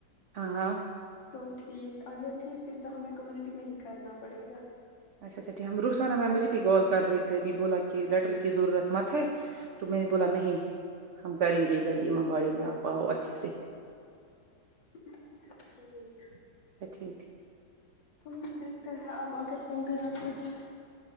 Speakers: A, on the right; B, on the left.
A: ہاں
B: تو ٹھیک اگر نہیں پھر تو ہمیں کمیونٹی میں ہی کرنا پڑے گا
A: اچھا اچھا ٹھیک ہے ہم روخسانا میںیم مجھے بھی کال کر رہے تھے ابھی بولا کہ لیٹر کی ضرورت مت ہے تو میں نے بولا نہیں ہم کریں گے ادھر ہی امام باڑی میں آپ آؤ اچھے سے
B: اچھا ٹھیک
A: اچھا ٹھیک ٹھیک
B: سمی <unintelligible> دیکھتے ہیں اب اگر ہو گیا کچھ